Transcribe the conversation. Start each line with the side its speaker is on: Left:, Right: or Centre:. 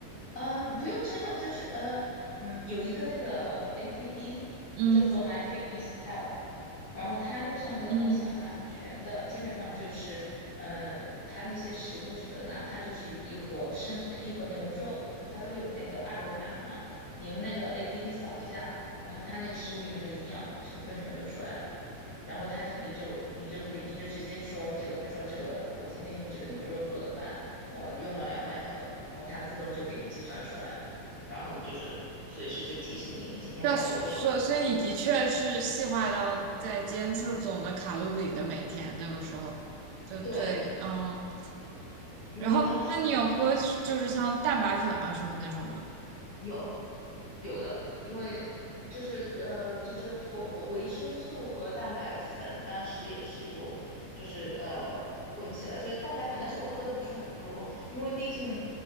Left: 嗯，不用称重，就是呃，嗯，有一个那个 APP
Right: 嗯
Left: 叫做 My Fitness Pal，然后它那个上面的东西还蛮全的，
Right: 嗯，
Left: 基本上就是，呃，它那些食物什么的，哪怕就是一盒生一盒牛肉，它都有那个二维码的嘛，你用那个 APP 扫一下，然后它那个食物里面的营养成分全都出来了。然后它就你就你就可以你就直接说这个，比如说这个我今天用这个牛肉做的饭，我用了两百克，然后它自动就给你计算出来了，然后就是随时就提醒你，你今天还有多少余力
Right: 那所所以你的确是细化到在监测总的卡路里的每天那个时候，就最嗯，
Left: 对，因为当时
Right: 然后那你有喝就是像蛋白粉啊什么那种吗？
Left: 有有的，因为就是呃就是我维生素和蛋白粉当时也是有就是呃混起来，就是蛋白粉，但是我喝的不是很多，因为毕竟。